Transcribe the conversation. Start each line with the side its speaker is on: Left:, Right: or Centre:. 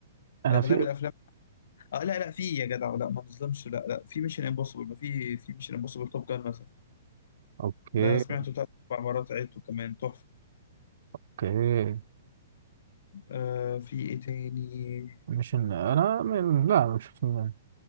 Right: أنا
Left: أغلب
Right: في
Left: الأفلام آه لا لا في يا جدع لا ما نظلمش لا لا في ميشن امبوسيبل ما في في ميشن امبوسيبل توب جان مثلا
Right: أوكي
Left: ده انا سمعته تلات اربع مرات عدته كمان تحفه
Right: أوكي
Left: آه في ايه تاني
Right: ميشن انا من... لا ما شفت ما